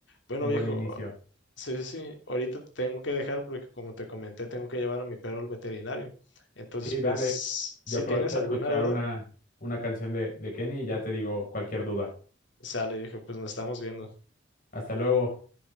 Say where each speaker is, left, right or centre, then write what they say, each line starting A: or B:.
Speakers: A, on the left; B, on the left.
A: bueno,
B: Un
A: viejo,
B: buen inicio.
A: sí, sí, sí, ahorita te tengo que dejar porque como te comenté, tengo que llevar a mi perro al veterinario. Entonces,
B: Sí, dale.
A: pues,
B: Yo
A: si
B: aprovecho
A: tienes
B: a
A: alguna
B: escuchar
A: duda,
B: una, una canción de, de Kenny y ya te digo cualquier duda.
A: sale, viejo, pues nos estamos viendo.
B: Hasta luego.